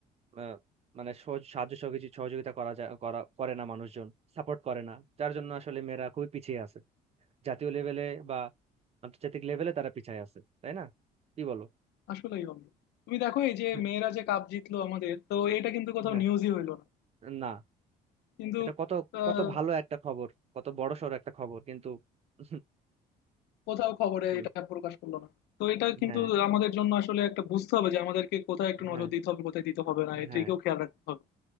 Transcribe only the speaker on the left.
আসলেই বন্ধু তুমি দেখো এই যে
মেয়েরা যে কাপ জিতলো আমাদের তো এটা কিন্তু কোথাও
নিউজই হইলো না
কিন্তু
আহ,
কোথাও খবরে
এটা প্রকাশ করলো না তো এটা কিন্তু
আমাদের জন্য আসলে একটা বুঝতে হবে যে আমাদেরকে কোথায় একটু
নজর দিতে হবে কোথায় দিতে হবে না এদিকেও
খেয়াল রাখতে হবে